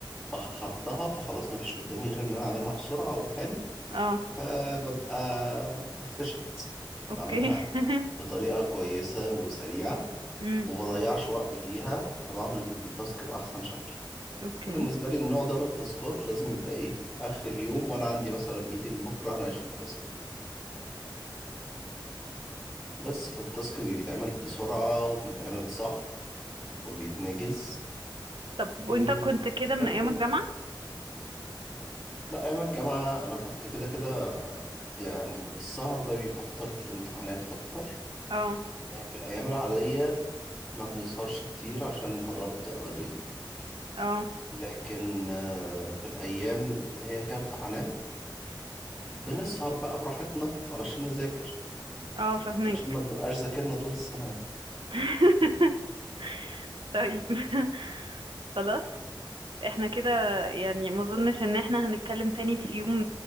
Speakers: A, in the centre; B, on the right.
A: اخرتها فخلاص ما فيش قدامي غير ان انا اعملها بسرعه وحلو
B: اه
A: فببقى efficient بعملها
B: اوكي <laughs>
A: بطريقه كويسه وسريعه
B: امم
A: وما بضيعش وقت فيها فبعمل التاسك باحسن شكل
B: اوكي
A: فبالنسبه لي النوع ده من التاسكات لازم يبقى ايه اخر اليوم وانا عندي مثلا ميتنج بكره هناقش فيه التاسك ده بس فالتاسك بيتعمل بسرعة وبيتعمل صح وبيتنجز
B: طب
A: وزي
B: وانت كنت كده من
A: الفل
B: ايام الجامعة
A: لا أيام الجامعة أنا كنت كده كده يعني السهر ده بيبقى فترة الامتحانات أكتر
B: اه
A: يعني في الأيام العادية ما بنسهرش كتير عشان المحاضرات بتبقى بدري
B: اه
A: لكن آه، في الأيام اللي هي فيها امتحانات بنسهر بقى براحتنا علشان نذاكر
B: اه فهمك
A: علشان ما بنبقاش ذاكرنا طول السنة يعني
B: <laughs> طيب <laughs> خلاص احنا كده يعني ما اظنش ان احنا هنتكلم تاني في يوم